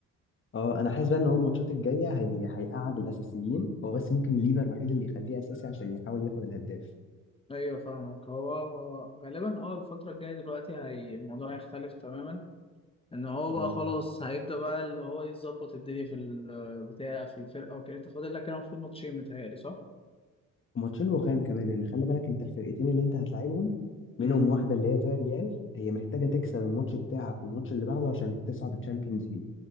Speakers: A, on the left; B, on the left.
A: اه انا حاسس بقى ان هو الماتشات الجاية هي... هيقعد الاساسيين هو بس ممكن ليفا الوحيد اللي يخليه اساسي عشان يحاول ياخد الهداف
B: ايوه فاهمك هو هو غالبا اه الفتره الجايه دلوقتي هي الموضوع هيختلف تماما ان هو بقى
A: اه
B: خلاص هيبدا بقى اللي هو يظبط الدنيا في البتاع في الفرقه وكده انت فاضل لك كده المفروض ماتشين متهيألي صح؟
A: ماتشين رخام كمان لان خلي بالك انت الفرقتين اللي انت هتلاعبهم منهم
B: مم.
A: واحدة اللي هي فياريال هي محتاجة تكسب الماتش بتاعك والماتش اللي بعده عشان تصعد الشامبيونز ليج